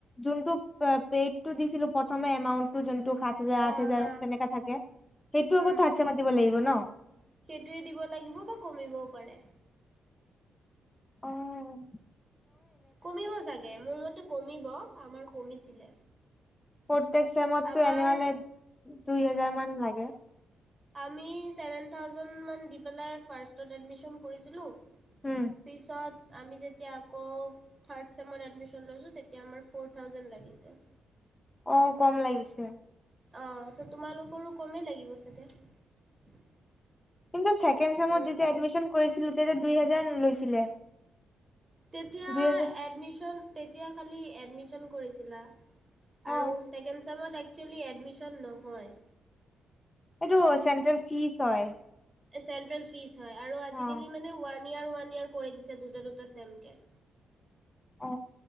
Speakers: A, on the left; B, on the right.
A: যোনটো পে-পেইডটো দিছিলোঁ প্ৰথমে এমাউণ্টো যোন টো, সাত হাজাৰ,
B: হা
A: আঠ হাজাৰ
B: হা
A: তেনেকা থাকে সেইটো
B: উম
A: আকৌ থাৰ্ড ছেমট মাতিব লাগিব ন?
B: সেইটোৱে দিব লাগিব বা কমিবও পাৰে।
A: অ'।
B: কমিব চাগে, মোৰ মতে কমিব, আমাৰ কমিছিলে।
A: প্ৰতেক চেমতটো
B: আমাৰ
A: এনেহলে দুই হাজাৰ মান লাগে।
B: আমি চেভেন ঠাওজেন মান দি পেলাই ফাৰ্ষ্টত এদমিছন কৰিছিলো।
A: উম
B: পিছত আমি যেতিয়া আকৌ থাৰ্ড চেমত এদমিছন লৈছো, তেতিয়া আমাৰ ফ'ৰ ঠাওজেন লাগিছে।
A: অ', কম লাগিছে।
B: অ', চ' তোমালোকৰো কমেই লাগিব <unintelligible>
A: কিন্তু চেক চেকেণ্ড চেমত
B: অলপমান
A: যেতিয়া এডমিশন কৰিছিলো তেতিয়া দুই হেজাৰ লৈছিলে।
B: তেতিয়া
A: দুই হেজাৰ
B: এডমিশন তেতিয়া খালী এডমিশন কৰিছিলা।
A: অ
B: আৰু চেকেণ্ড চেমত একচুৱেলি এডমিশন নহয়
A: এইটো চেন্ট্ৰেল ফিজ হয়।
B: চেট্ৰেল ফিচ হয় আৰু আজি
A: অ
B: কালি মানে ওৱান ইয়াৰ ওৱান ইয়াৰ কৰি দিছে দুটা দুটা চেমকে <inaudible>
A: অ